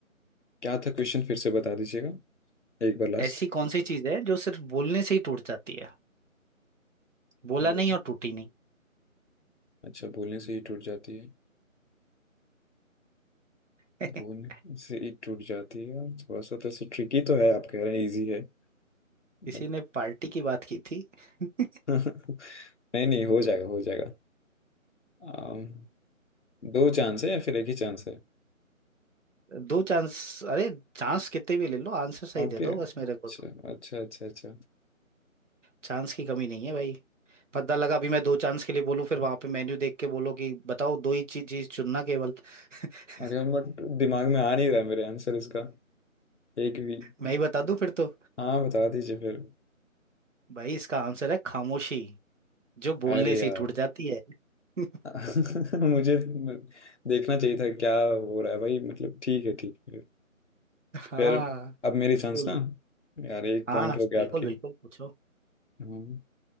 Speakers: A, on the left; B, on the right.
A: क्या था क्वेश्चन फिर से बता दीजिएगा एक बार लास्ट
B: ऐसी कौन सी चीज है जो सिर्फ बोलने से ही टूट जाती है बोला
A: बोल
B: नहीं और टूटी नहीं
A: अच्छा बोलने से ही टूट जाती है
B: <laughs>
A: बोलने से ही टूट जाती है थोड़ा सा तो ऐसे ट्रिकी तो है आप कह रहे हैं इजी है बट
B: किसी ने पार्टी की बात की थी <laughs>
A: <laughs> नहीं नहीं हो जाएगा हो जाएगा अम, दो चांस है या फिर एक ही चांस है
B: दो चांस अरे चांस कितने भी ले लो आंसर सही
A: ओके
B: दे दो
A: अच्छा
B: बस मेरे को तो
A: अच्छा अच्छा अच्छा
B: चांस की कमी नहीं है भाई पता लगा अभी मैं दो चांस के लिए बोलूं फिर वहां पे मेन्यू देख के बोलो कि बताओ दो ही चीज चीज चुनना केवल <laughs>
A: अरे बट दिमाग में आ नहीं रहा है मेरे आंसर इसका एक भी
B: मैं ही बता दूं फिर तो
A: हाँ बता दीजिए फिर
B: भाई इसका आंसर है खामोशी जो बोलने
A: अरे
B: से
A: यार
B: ही टूट जाती है <laughs>
A: <laughs> मुझे देखना चाहिए था क्या हो रहा है भाई मतलब ठीक है ठीक है
B: हाँ
A: फिर अब मेरी चांस
B: फुल
A: ना यार एक
B: हाँ
A: पॉइंट हो गया
B: बिल्कुल
A: आपकी
B: बिल्कुल पूछो
A: हम्म।